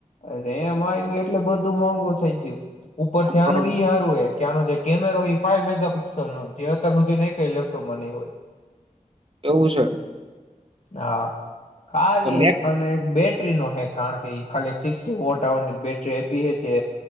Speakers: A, on the left; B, on the right.
A: રેમ આવ્યું એટલે બધું મોંઘુ થઇ ગયું ઉપર ત્યાંનું
B: હા
A: ઈ હારું હો ત્યાંનો જે કેમેરો ફવ મેગાપિક્સલય જે અત્યાર સુધી નહીં કે ઇલેક્ટ્રોપમાં નહીં હોય
B: એવું છે
A: હા ખાલી
B: તો મેક
A: એક અને એક બેટ બેટરી નો હે કારણ કે ખાલી સિક્ વોટરની બેટરી આપી હ છે